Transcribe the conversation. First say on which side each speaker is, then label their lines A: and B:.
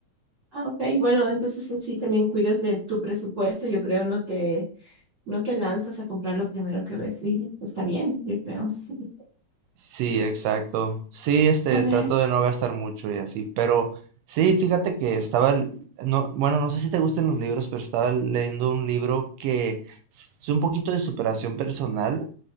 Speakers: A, on the right; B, on the right.
A: Ah, ok. Bueno, entonces así también cuidas de tu presupuesto, yo creo, no te No te lanzas a comprar lo primero que ves y está bien, yo creo, sí.
B: Sí, exacto. Sí, este,
A: A ver,
B: trato de no gastar mucho y así, pero sí, fíjate que estaba, l- no, bueno, no sé si te gustan los libros, pero estaba leyendo un libro que es un poquito de superación personal.